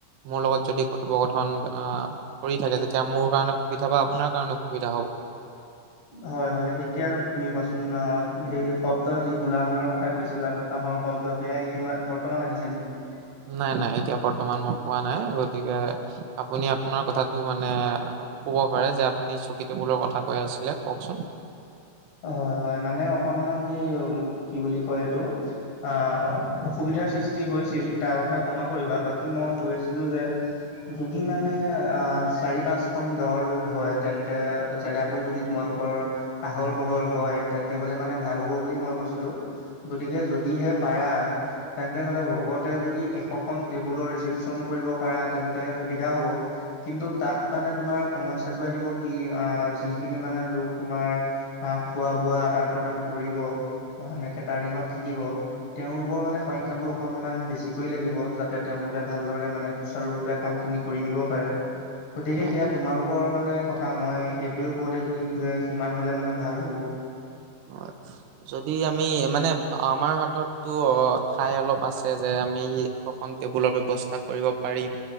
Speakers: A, on the right (about 65°); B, on the left (about 55°).
A: মোৰ লগত যদি কথোপকথন আহ, কৰি থাকে। তেতিয়া মোৰ কাৰণে সুবিধা বা আপোনাৰ কাৰণে সুবিধা হ'ব।
B: হয়, হয় এতিয়া তুমি কোৱাছোন অ' সেই শব্দ যি কোলাহলৰ কথা কৈছিলা ব তাঁহৰ শব্দ সেয়া এই বৰ্তমান আহিছে নেকি?
A: নাই, নাই এতিয়া বৰ্তমান মই পোৱা নাই। গতিকে আপুনি আপোনাৰ কথাটো মানে ক'ব পাৰে যে, আপুনি চকী-টেবুলৰ কথা কৈ আছিলে কওকচোন।
B: হয়, হয় মানে অকনমান হেই কি বুলি কয় এইটো আ অসুবিধাৰ সৃষ্টি হৈছিল, তাৰ বাবে ক্ষমা কৰিবা। বাকী মই কৈ আছিলো যে যদি মানে অ' চাৰি পাঁচ খন গাঁৱৰ লোক হয় তেন্তে জেগাত টো যদি তোমালোকৰ আহল বহল হয়, তেন্তে হ'লে মানে, ভাল হ'ব বুলি মই কৈছিলো। গতিকে যদিহে পাৰা, তেন্তে হ'লে লগতে যদি এশখন টেবুলৰ ৰিচিপচন কৰিব পাৰা তেন্তে সুবিধা হ'ব। কিন্তু তাত মানে তোমাৰ সমস্যাটো আহিব কি আ, যিখিনি মানে লোক তোমাৰ আ, খোৱা-বোৱা আদান-প্ৰদান কৰিব বা এনে কেটাৰিঙত থাকিব তেওঁলোকৰ মানে সংখ্যাটো অকণমান বেছিকৈ লাগিব, যাতে তেওঁলোকে ভালদৰে মানে সুচাৰু ৰূপে কামখিনি কৰি নিব পাৰে। গতিকে
A: হয়,
B: সেয়া তোমালোকৰ মানে কথা, মই এইটোৱে উপদেশ দিম যে, সিমান হ'লে মানে ভাল হ'ব।
A: অ' যদি আমি মানে আমাৰ হাততো অ ঠাই অলপ আছে যে আমি শ খন টেবুলৰ ব্যৱস্থা কৰিব পাৰিম